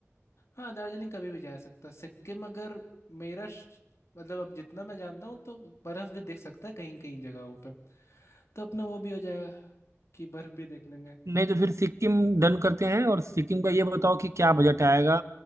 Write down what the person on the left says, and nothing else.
हाँ दार्जिलिंग कभी भी जा सकता है सिक्किम अगर मेरा श- मतलब अब जितना मैं जानता हूँ तो बर्फ भी देख सकता है कहीं कहीं जगहों पे तो अपना वो भी हो जाएगा कि बर्फ भी देख लेंगे